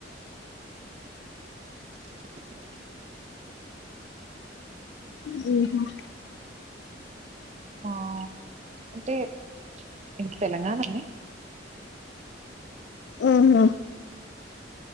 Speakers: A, on the right; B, on the left.
A: <unintelligible>
B: మ్మ్ హ్
A: మా అంటే ఇంగ్ తెలంగానానే
B: అ మ్